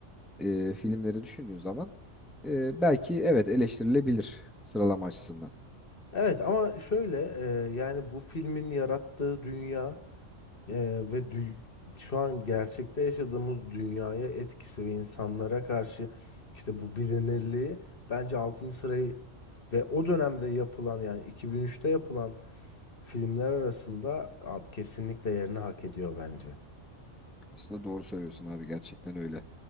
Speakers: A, in the centre; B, on the left.
A: e, filmleri düşündüğün zaman e, belki evet eleştirilebilir sıralama açısından.
B: Evet ama şöyle e, yani bu filmin yarattığı dünya e, ve dü- şu an gerçekte yaşadığımız dünyaya etkisi ve insanlara karşı işte bu bilinirliği bence altıncı sırayı ve o dönemde yapılan yani 2003'te yapılan filmler arasında abi, kesinlikle yerini hak ediyor bence.
A: Aslında doğru söylüyorsun abi gerçekten öyle.